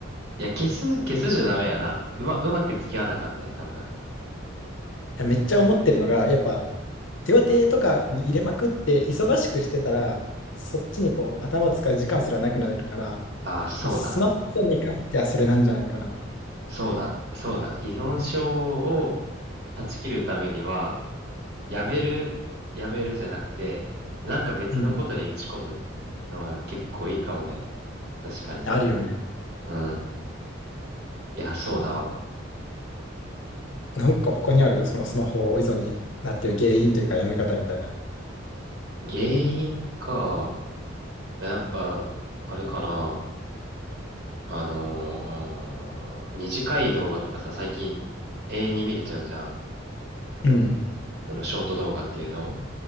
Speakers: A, on the right; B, on the left.
A: いや、消す、消すじゃダメやな。うま、うまく付き合わなあかんね、多分。
B: いや、めっちゃ思ってるのが、やっぱ
A: うん。
B: 手予定とかこの入れまくって忙しくしてたら、そっちにこう頭使う時間すらなくなるから、
A: あ、そうだ。
B: まあ、スマホに関してはそれなんじゃないかな。
A: そうだ。そうだ。依存症を断ち切るためには、やめる、やめるじゃなくて、なんか別のことに打ち込むのが結構いいかもね。
B: うん。
A: 確かに。
B: あるよね。
A: うん。いや、そうだわ。
B: なんか他にあるそのスマホ依存になってる原因というかやめ方みたいな。
A: 原因か。やっぱ、あれかな。あのー短い動画とかさ、最近永遠に見れちゃうじゃん。
B: うん。
A: そのショート動画っていうの